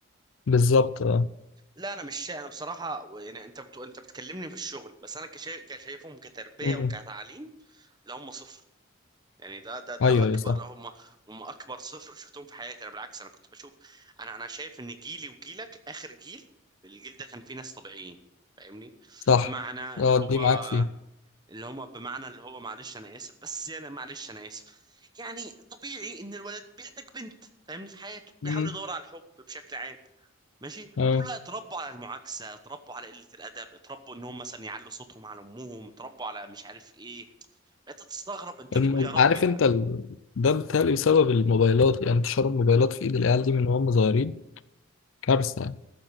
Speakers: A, on the left; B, on the right.
A: بالظبط اه
B: لا انا مش شايف انا بصراحه يعني انت بتو... انت بتكلمني في الشغل بس انا كشا... كشايفهم كتربيه
A: مم.
B: وكتعليم لا هم صفر يعني ده ده ده
A: ايوه
B: اكبر
A: ايوه صح
B: هم هم اكبر صفر شفتهم في حياتي انا بالعكس انا كنت بشوف انا انا شايف ان جيلي وجيلك اخر جيل الجيل ده كان فيه ناس طبيعيين فاهمني
A: صح
B: بمعنى
A: اه
B: اللي هو
A: دي معاك فيه
B: اللي هم بمعنى اللي هو معلش انا اسف بس يعني معلش انا اسف يعني طبيعي ان الولد بيحتاج بنت فاهمني في حياته
A: مم.
B: بيحاول يدور على الحب بشكل عام ماشي
A: اه
B: دول لا اتربوا على المعاكسة اتربوا على قلة الأدب اتربوا ان هم مثلا يعلوا صوتهم على أمهم اتربوا على مش عارف ايه انت تستغرب انت
A: الم...
B: تقول يا رب
A: عارف انت ال... ده بالتالي بسبب الموبايلات يعني انتشار الموبايلات في ايد العيال دي من وهم صغيرين كارثة يعني